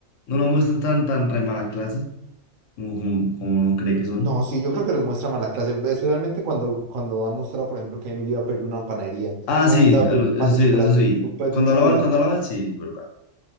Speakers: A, on the left (about 75°); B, on the right (about 85°).
A: no lo muestran tan, tan re mala clase, como, como, como uno cree que son.
B: No, sí, yo creo que les muestra mala clase, especialmente cuando, cuando han mostrado, por ejemplo, que Emily iba a pedir una panadería.
A: Ah,
B: Un
A: sí,
B: momento va a
A: algo-
B: pedir un pan
A: eso sí,
B: de chocolate,
A: eso sí.
B: un pan
A: Cuando
B: de chocolate.
A: habla mal, cuando habla mal, sí, verdad.